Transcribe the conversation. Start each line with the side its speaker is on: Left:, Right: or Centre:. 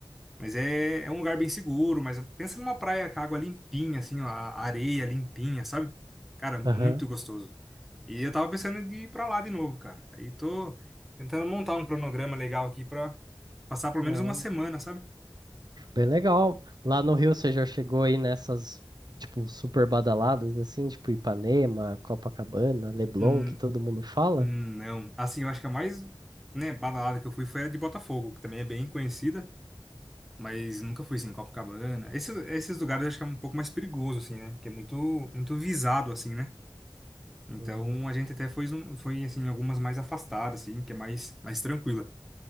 Centre: Mas é, é um lugar bem seguro, mas pensa numa praia com água limpinha, assim, ó, a areia limpinha, sabe? Cara, muito
Right: aham.
Centre: gostoso. E eu tava pensando de ir pra lá de novo, cara. Aí tô tentando montar um cronograma legal aqui pra passar pelo
Right: Ah,
Centre: menos uma semana, sabe?
Right: Bem legal. Lá no Rio você já chegou aí nessas, tipo, super badaladas, assim, tipo Ipanema, Copacabana, Leblon,
Centre: Hum,
Right: que todo mundo fala?
Centre: hum, não. Assim, eu acho que a mais, né, badalada que eu fui foi a de Botafogo, que também é bem conhecida. Mas nunca fui, assim, em Copacabana. Esse, esses lugares eu acho que é um pouco mais perigoso, assim, né? Porque é muito, muito visado, assim, né? Então
Right: Hum.
Centre: a gente até foi, um- foi assim, em algumas mais afastadas, assim, que é mais, mais tranquila.